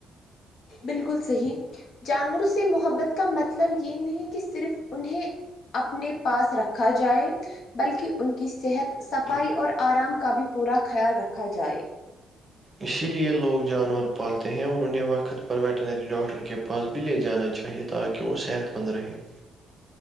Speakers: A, on the left; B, on the right.
A: بالکل صحیح جانوروں سے محبت کا مطلب یہ نہیں کہ صرف انہیں اپنے پاس رکھا جائے بلکہ ان کی صحت صفائی اور آرام کا بھی پورا خیال رکھا جائے
B: اسی لیے لوگ جانور پالتے ہیں اور انہیں وقت پر ویٹنری ڈاکٹر کے پاس ب لے جانا چاہیے تاکہ وہ صحت مند رہے <unintelligible>